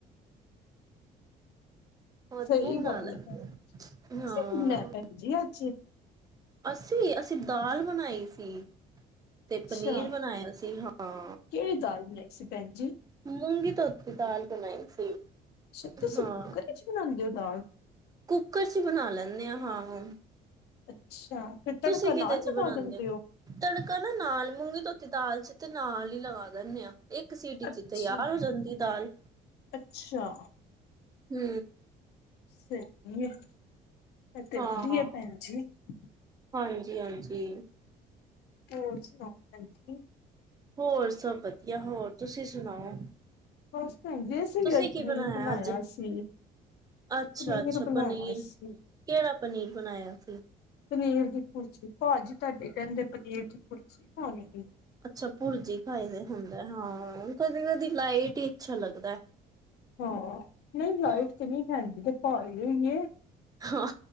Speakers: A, on the right; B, on the left.
A: ਵਧੀਆ
B: ਸਹੀ
A: ਬਣਾ
B: ਗੱਲ
A: ਲੈਂਦੀ
B: ਹੈ ਤੁਸੀਂ
A: ਹਾਂ।
B: ਕੀ ਬਣਾਇਆ ਭੈਣ ਜੀ ਅੱਜ
A: ਅਸੀਂ ਅਸੀਂ ਦਾਲ ਬਣਾਈ ਸੀ ਤੇ
B: ਅੱਛਾ
A: ਪਨੀਰ ਬਣਾਇਆ ਸੀ। ਹਾਂ।
B: ਕਿਹੜੀ ਦਾਲ ਬਣਾਈ ਸੀ ਭੈਣ ਜੀ।
A: ਮੂੰਗੀ ਧੋਤੀ ਦਾਲ ਬਣਾਈ ਸੀ।
B: ਅੱਛਾ ਤੁਸੀਂ
A: ਹਾਂ
B: ਕੁੱਕਰ ਵਿੱਚ ਬਣਾਉਂਦੇ ਹੋ ਦਾਲ।
A: ਕੁੱਕਰ 'ਚ ਬਣਾ ਲੈਣੇ ਹਾਂ।
B: ਅੱਛਾ ਫਿਰ ਤੜਕਾ
A: ਤੁਸੀਂ ਕਿਦੇ
B: ਨਾਲ
A: ਚ
B: ਲਗਾ
A: ਬਣਾਉਂਦੇ
B: ਦਿੰਦੇ ਹੋ।
A: ਤੜਕਾ ਨਾ ਨਾਲ ਮੂੰਗੀ ਧੋਤੀ ਦਾਲ ਚ ਤੇ ਨਾਲ ਹੀ ਲਗਾ ਦਿੰਦੇ ਆਾਂ। ਇੱਕ ਸੀਟੀ
B: ਅੱਛਾ
A: ਚ ਤਿਆਰ ਹੋ ਜਾਂਦੀ ਦਾਲ
B: ਅੱਛਾ।
A: ਹੂੰ
B: <unintelligible>
A: ਹਾਂ ਹਾਂਜੀ, ਹਾਂਜੀ।
B: ਹੋਰ ਸੁਣਾਓ ਭੈਣਜੀ?
A: ਹੋਰ ਸਭ ਵਧੀਆ ਹੋਰ ਤੁਸੀਂ ਸੁਣਾਓ?
B: ਬਸ ਭੈਣ ਜੀ ਅਸੀਂ ਵੀ
A: ਤੁਸੀਂ
B: ਅੱਜ
A: ਕੀ
B: ਪਨੀਰ ਬਣਾਇਆ
A: ਅੱਜ
B: ਸੀ।
A: ਅੱਛਾ
B: ਪਨੀਰ
A: ਅੱਛਾ
B: ਬਣਾਇਆ
A: ਪਨੀਰ
B: ਸੀ
A: ਕਿਹੜਾ ਪਨੀਰ ਬਣਾਇਆ ਸੀ?
B: ਪਨੀਰ ਦੀ ਭੁਰਜੀ ਭਾਜੀ ਤੁਹਾਡੇ ਕਹਿੰਦੇ ਪਨੀਰ ਦੀ ਭੁਰਜੀ ਖਾਣੀ ਆ।
A: ਅੱਛਾ ਭੁਰਜੀ ਖਾਈ ਦੇ ਹੁੰਦਾ ਹਾਂ ਕਦੀ ਕਦੀ ਲਾਈਟ ਹੀ ਅੱਛਾ ਲੱਗਦਾ।
B: ਹਾਂ ਨਹੀਂ ਲਾਈਟ
A: ਹਾਂ
B: ਤੇ ਨਹੀਂ ਹੈਗੀ ਤੇ ਭਾਰੀਓ ਈ ਏ। <unintelligible>
A: ਹਾਂ